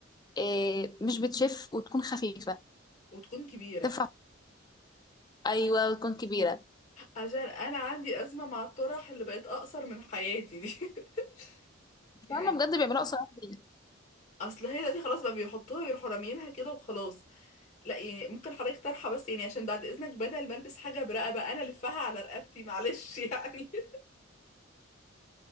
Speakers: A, on the left (about 20°); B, on the left (about 35°).
A: إيه مش بتشف وتكون خفيفه
B: وتكون كبيرة
A: تنفع ايوه وتكون كبيره
B: عشان أنا عندي أزمة مع الطرح اللي بقت أقصر من حياتي دي <laughs> يعني
A: فاهمه بجد بيعملوها قصيره ليه؟
B: أصل هي دلوقتي خلاص بقى بيحطوها ويروحوا راميينها كده وخلاص لا يعني ممكن حضرتك طرحة بس يعني عشان بعد إذنك بدل ما ألبس حاجة برقبة أنا ألفها على رقبتي معلش يعني <laughs>